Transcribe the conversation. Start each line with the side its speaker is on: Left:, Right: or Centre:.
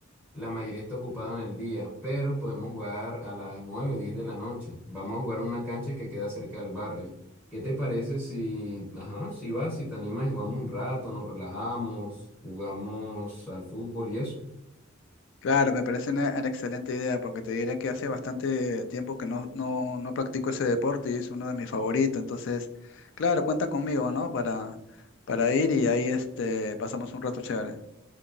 Centre: La mayoría está ocupada en el día, pero podemos jugar a las nueve diez de la noche. Vamos a jugar en una cancha que queda cerca del barrio. ¿Qué te parece si, ajá, si vas, si te animas y jugamos un rato, nos relajamos, jugamos al fútbol y eso?
Left: Claro, me parece una, una excelente idea porque te diré que hace bastante tiempo que no, no, no practico ese deporte y es uno de mis favoritos. Entonces, claro, cuenta conmigo, ¿no? Para, para ir y ahí este, pasamos un rato chévere.